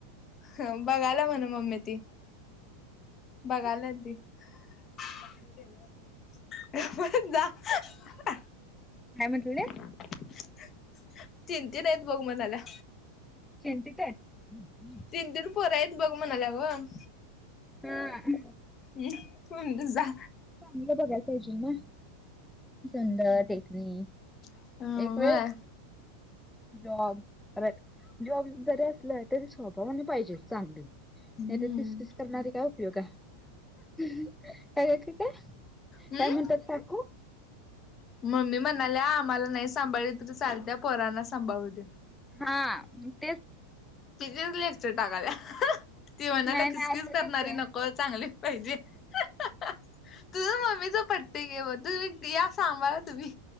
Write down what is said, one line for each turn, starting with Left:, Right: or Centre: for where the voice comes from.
Left: हं बघांला म्हंण मम्मी ती बघांना लांती हं हां हां हं जां
Centre: कायं म्हटले
Left: तिनं तीनं आहेतं बघं म्हणाल्यां
Centre: तीनं तीनं तरं आहेचं
Left: तीनं तीनं पोरं आहेतं बघं म्हणाल्यां गं
Centre: हम्मं
Left: म्हं जां
Centre: हां निलं बघंयसयेत नां सुंदर टकणी
Left: अ
Centre: एक वेळंस
Left: व्हय
Centre: जॉबर जॉब जरी असलं तरी सोप्या म्हं पाहिजे चांगली नाहीं
Left: हम्म
Centre: तरं तीस पीस करणारे कायं उपयोग आहे हे एमनटकू
Left: हम्म
Centre: त्यां म्हणतांत कांकू
Left: मम्मी म्हणाले आम्हांला नाहीं सांभाळली तरी चालत्यां पोरांना सांभाळू दे
Centre: हां तेचं
Left: तिथेच लेक्चंर टाकांल्या ती म्हणालं
Centre: नाही नाही
Left: किसकीस
Centre: असं
Left: करणारी
Centre: कसं
Left: नोकदं चांगली पाहिजे हं हं हं तुझं मम्मीचं पट्टेके बरं तुम्हीं यां सांभाळा तुम्हीं